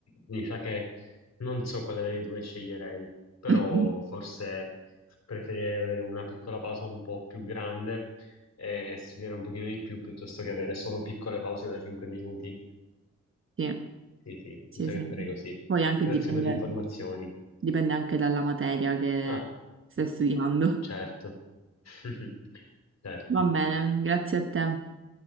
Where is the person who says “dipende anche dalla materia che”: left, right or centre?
Right